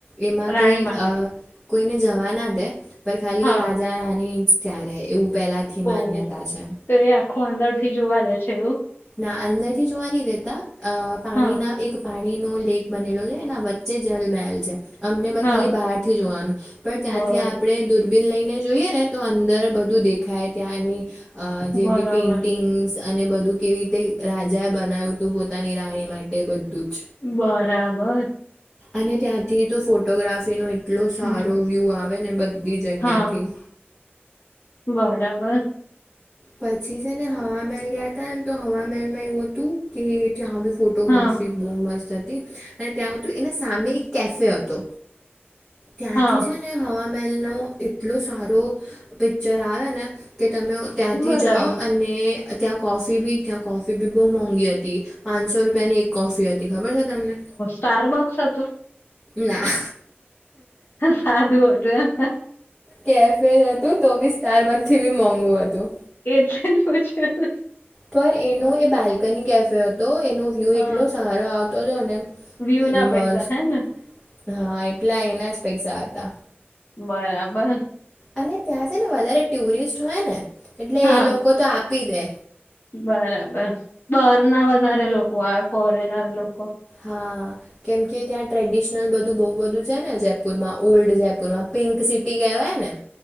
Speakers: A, in the centre; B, on the left.
A: એમાં
B: રાણી
A: કોઈ
B: માટે
A: અહ કોઈને જાવા ના દે. પર ખાલી
B: હા
A: રાજા રાની જ ત્યાં રહે એવું પહેલા થી માન્યતા
B: ઓહ
A: છે.
B: તો એ આખું અંદર થી જોવા દે છે એવું?
A: ના અંદર થી જોવા નહીં દેતા, અહ પાણી
B: હા
A: ના એક <unintelligible> પાણી નો લેક બનેલો છે, એના વચ્ચે જલમહેલ છે. અમને બ
B: હા
A: ખાલી બહારથી જોવાનું, પણ ત્યાંથી
B: બર
A: આપણે દૂર બીન લઈને જોઈએ ને તો અંદર બધું દેખાય, ત્યાંની અહ જે
B: બરાબર
A: બી પેઇન્ટિંગ્સ અને બધું કેવી રીતે રાજા એ બનાયું તું પોતાની રાણી માટે એ બધું જ.
B: બરાબર.
A: અને ત્યાંથી તો ફોટોગ્રાફીનો એટલો સારો
B: હમ,
A: વ્યૂ આવે ને બધ બી જગ્યા
B: હા
A: થી.
B: બરાબર.
A: પછી છે ને હવા મહેલ ગયા તા ને, તો હવા મહલ માં એવું હતું કે ત્યાં બી ફોટોગ્રાફી
B: હા
A: બહુ મસ્ત હતી, અને ત્યાં હોતું એના સામે એક કેફે હતો. ત્યાંથી
B: હા
A: છેન ને હવામહેલ નો એટલો સારો પિક્ચર આવે ને કે તમે ત્યાંથી
B: બરાબર
A: જાઓ, અને ત્યાં કોફી બી ત્યાં કોફી બી બહુ મોંઘી હતી. પાંસ સો રૂપિયાની એક કોફી હતી ખબર છે તમને.
B: સ્ટારબક્સ હતું?
A: ના.
B: સાદું હતું એમ?
A: કેફે હતું તો બી સ્ટાર બગ થી બી મોંઘું હતું.
B: એટલે જ પૂછ્યું
A: પર એનો એ બાલ્કની કેફે હતો એનો વ્યુ
B: હ
A: એટલો સારો આવતો હતો ને,
B: વ્યુ ના
A: મસ્ત.
B: પૈસા હે ને
A: હા એટલા એના જ પૈસા હતા.
B: બરાબર.
A: અને ત્યાં છે ને વધારે ટુરિસ્ટ હોય ને એટલે
B: હા
A: એ લોકો તો આપી દે
B: બરાબર બાર ના વધારે લોકો આવે ફોરેનર લોકો
A: હા. કેમકે ત્યાં ટ્રેડિશનલ બધું બહુ બધું છે ને જયપુરમાં ઓલ્ડ જયપુરમાં પિંક સિટી કહેવાય ને